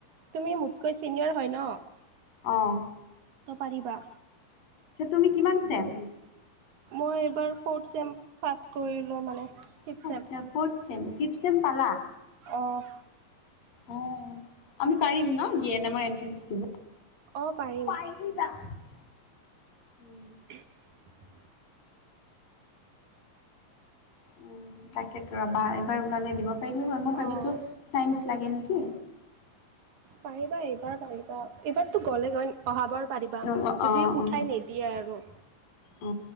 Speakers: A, on the right; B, on the left.
A: তুমি মোতকৈ ছিনিয়ৰ হয় ন,
B: অহ
A: পাৰিবা
B: তুমি কিমান চেম
A: মই এইবাৰ ফ'ৰ্থ চেম্প পাছ কৰিলোঁ মানে ফিফথ চেম্প
B: ছ ফৰ্থ চছেম ফিফথ ছেম পালা
A: অহ
B: অ আমি পাৰিম ন জি এন এমৰ এট্ৰেন্ঞ্চ দিব
A: অ', পাৰিম
B: পাৰিবা উম
A: <unintelligible>
B: উ তাকেতো ৰবা এইবাৰ ওলালে দিব পাৰিলো হয় মই
A: অ',
B: ভাবিছো চাইন্ঞ্চ লাগে নেকি?
A: পাৰিবা এইবাৰ পাৰিবা এইবাৰতো গ'লে গৈ অহাবাৰ পাৰিবা
B: অ', অ',
A: যদি উঠাই
B: অ',
A: নিদ দিয়ে আৰু
B: অ